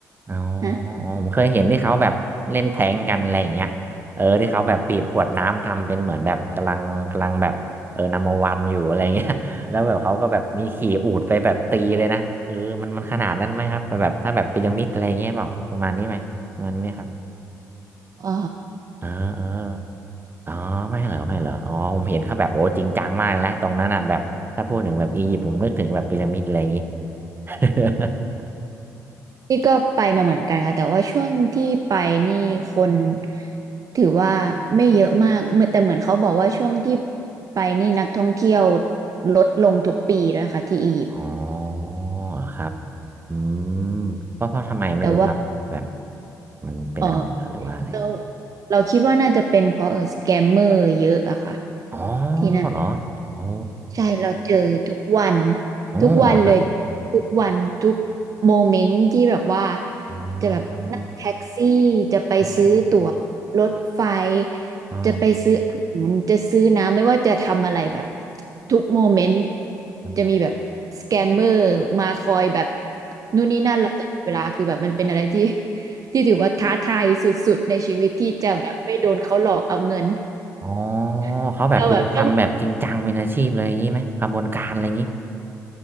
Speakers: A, on the right; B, on the right.
A: อ๋อ
B: ฮะ
A: อ๋อผมเคยเห็นที่เขาแบบเล่นแทงกันอะไรอย่างเงี้ยเออที่เขาแบบบีบขวดน้ำทำเป็นเหมือนแบบกำลังกำลังแบบเออนัมเบอร์วันอยู่อะไรเงี้ย <laughs> แล้วแบบเขาก็แบบมีขี่อูฐไปแบบตีเลยนะเออมันมันขนาดนั้นไหมครับแบบถ้าแบบพีระมิดอะไรเงี้ยเปล่าประมาณนี้ไหมประมาณนี้ไหมครับ
B: อ๋อ
A: เออเอออ๋อไม่เหรอไม่เหรออ๋อผมเห็นเขาแบบโอ้จริงจังมากนะตรงนั้นอ่ะแบบถ้าพูดถึงแบบอียิปต์ผมนึกถึงแบบพีระมิดอะไรอย่างงี้ <laughs>
B: นี่ก็ไปมาเหมือนกันค่ะแต่ว่าช่วงที่ไปนี่คนถือว่าไม่เยอะมากเหมื่อนแต่เหมือนเขาบอกว่าช่วงที่ไปนี่นักท่องเที่ยวลดลงทุกปีด้วยค่ะที่อียิปต์
A: อ๋อเหรอครับอืมเพราะเพราะทำไมไม่รู้ครับแบบ
B: แต่ว่า
A: มันเป็นอะไรเหรอหรือว่าอะไร
B: เออเราเราคิดว่าน่าจะเป็นเพราะเออสแกมเมอร์เยอะอะค่ะ
A: อ๋อ
B: ที่นั่น
A: เหรออ๋อ
B: ใช่เราเจอทุกวัน
A: โอ้เหรอครับ
B: ทุกวันเลยทุกวันทุกโมเมนต์ที่แบบว่า
A: อ๋อ
B: จะแบบนั่งแท็กซี่จะไปซื้อตั๋ว
A: อ๋อ
B: รถไฟ
A: อ๋อ
B: จะไปซื้ออาหารจะซื้อน้ำไม่ว่าจะทำอะไรแบบทุกโมเมนต์
A: อ๋อ
B: จะมีแบบสแกมเมอร์มาคอยแบบนู่นนี่นั่นเราตลอดเวลาคือแบบมันเป็นอะไรที่ <laughs> ที่ถือว่าท้าทายสุดๆในชีวิตที่จะแบบไม่โดนเขาหลอกเอาเงิน
A: อ๋อ
B: <laughs>
A: เขาแบบดูทำแบบจริงจังเป็นอาชีพเลยอย่างนี้ไหมกระบวนการอะไรอย่างนี้
B: เราแบบต้อง